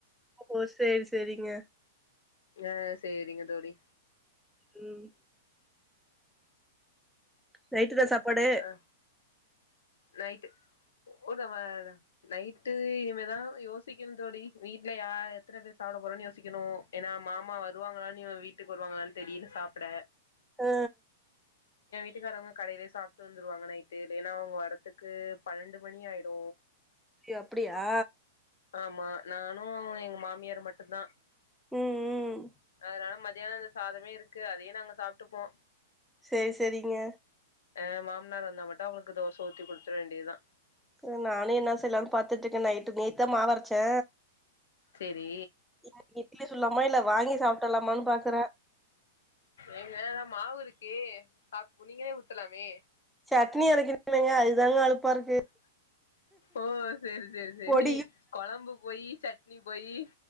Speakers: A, in the centre; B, on the left.
A: ஓ செர் செரிங்க
B: ஆ சேரிங்க தோழி
A: ம் நைட்டு என்ன சாப்பாடு
B: ஆ நைட்டு ஒ <unintelligible> நைட்டு இனிமேதா யோசிக்கணு தோழி வீட்ல யா எத்தன பேர் சாப்ட போறோன் யோசிக்கணு ஏனா மாமா வருவாங்களானு இவ வீட்டுக்கு வருவாங்களான் தெரில சாப்ட
A: அ
B: ட்டுக்காரவங்க கடைலயே சாப்ட்டு வந்துருவாங்க நைட்டு இல்லைனா அவுங்க வரத்துக்கு பன்னெண்டு மணி ஆயிடு
A: ஐயோ அப்டியா
B: ஆமா நானு எங்க மாமியார் மட்டுந்தா
A: ம் ம்
B: அதனால மதியானோ வச்ச சாதமே இருக்கு அதையே நாங்க சாப்ட்டுப்போ
A: செரி செரிங்க
B: ஆ மாமனார் வந்தா மட்டு அவுங்களுக்கு தோச ஊத்தி குடுத்தற வேண்டியதா
A: க்றே நானு என்னா செய்லான் பாத்துட்டுக்கே நைட்டு நேத் தா மாவரச்சே
B: செரி
A: இ இட்லி சுட்லாமா இல்ல வாங்கி சாப்ட்டலாமான் பாக்குறே
B: ஏங்க அதா மாவு இருக்கு சாப் நீங்களே ஊத்தலாமே
A: சட்னி அரைக்கணுலங்க அதுதாங்க அழுப்பாரு
B: ஓ செரி செரி செரி
A: பொடியு
B: கொழம்பு போயி் சட்னி போயி